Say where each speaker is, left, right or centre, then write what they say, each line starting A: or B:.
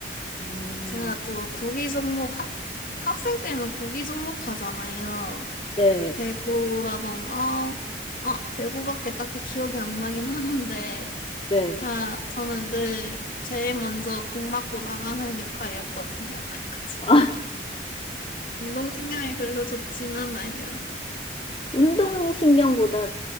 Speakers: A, on the left; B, on the left.
A: 음,
B: 제가 또 구기 종목 학, 학생 때는 구기 종목 하잖아요.
A: 네,
B: 배구라던가, 아, 배구밖에 딱히 기억이 안 나긴 하는데,
A: 네.
B: 자, 저는 늘 제일 먼저 공 맞고 나가는 역할이었거든요. <laughs> 그래가지고.
A: <laughs>
B: 운동신경이 별로 좋진 않아요.
A: 운동신경보다